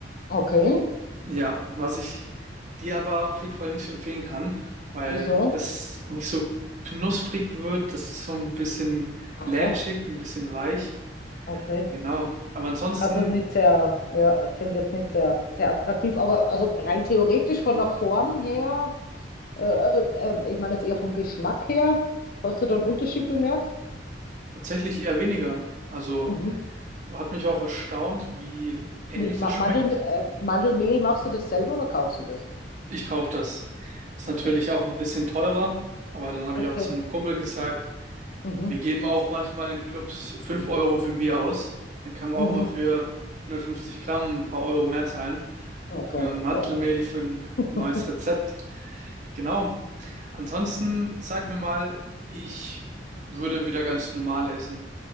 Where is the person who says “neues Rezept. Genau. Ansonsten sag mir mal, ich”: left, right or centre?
Right